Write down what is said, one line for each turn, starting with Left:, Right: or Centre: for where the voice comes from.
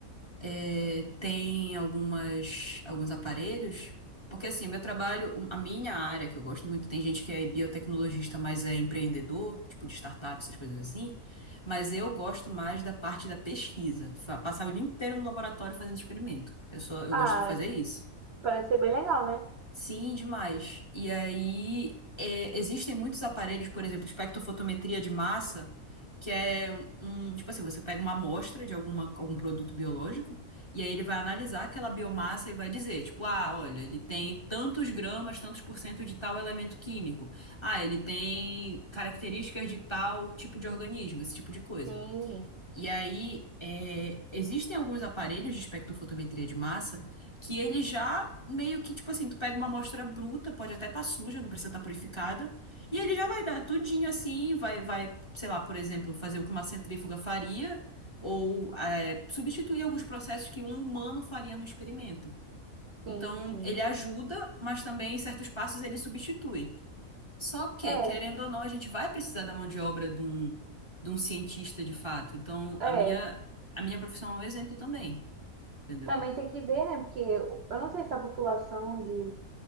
Left: É, tem algumas, alguns aparelhos, porque assim, meu trabalho, um, a minha área que eu gosto muito, tem gente que é biotecnologista, mas é empreendedor, tipo de startup, essas coisas assim, mas eu gosto mais da parte da pesquisa, fa- passar o dia inteiro no laboratório fazendo experimento. Eu só, eu
Right: Ah,
Left: gosto de fazer isso.
Right: parece ser bem legal, né?
Left: Sim, demais. E aí, é, existem muitos aparelhos, por exemplo, espectrofotometria de massa, que é um, tipo assim, você pega uma amostra de alguma, algum produto biológico, e aí ele vai analisar aquela biomassa e vai dizer, tipo, ah, olha, ele tem tantos gramas, tantos por cento de tal elemento químico. Ah, ele tem características de tal tipo de organismo, esse tipo de coisa.
Right: Sim,
Left: E aí, é, existem alguns aparelhos de espectrofotometria de massa que ele já meio que, tipo assim, tu pega uma amostra bruta, pode até estar suja, não precisa estar purificada, e ele já vai dar tudinho assim, vai, vai, sei lá, por exemplo, fazer o que uma centrífuga faria, ou é, substituir alguns processos que um humano faria no experimento. Então,
Right: sim, sim.
Left: ele ajuda, mas também em certos passos ele substitui. Só que,
Right: É,
Left: querendo ou não, a gente vai precisar da mão de obra de um, de um cientista de fato. Então,
Right: é.
Left: a minha, a minha profissão é um exemplo também, entendeu?
Right: Também tem que ver, né? Porque eu eu não sei se a população de